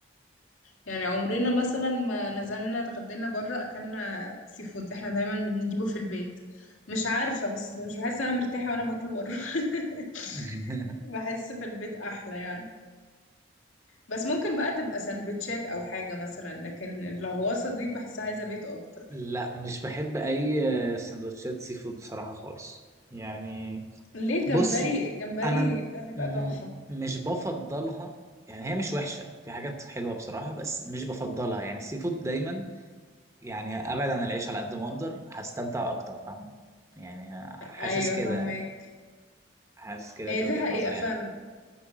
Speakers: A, on the left; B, on the right.
A: يعني عمرنا مثلا ما نزلنا اتغدينا بره اكلنا سي فود احنا دايما بنجيبه في البيت مش عارفة بس مش بحس ان انا مرتاحة وانا باكله بره <laughs>
B: <laughs>
A: بحس في البيت احلى يعني بس ممكن بقى تبقى سندوتشات او حاجة مثلا لكن الغواصة دي بحسها عايزة بيت اكتر
B: لا مش بحب أي آه، سندوتشات سي فود بصراحة خالص يعني
A: ليه الجمبري
B: بصي
A: الجمبري
B: انا م-
A: ده بيبقى
B: م-
A: تحفة
B: مش بفضلها يعني هي مش وحشه في حاجات حلوه بصراحه بس مش بفضلها يعني السي فود دايما يعني ابعد عن العيش على قد ما اقدر هستمتع اكتر فاهم يعني حاسس
A: ايوه
B: كده
A: فاهمك
B: يعني. حاسس كده
A: هي
B: دي
A: دي
B: وجهه
A: حقيقة
B: نظري
A: فعلا
B: يعني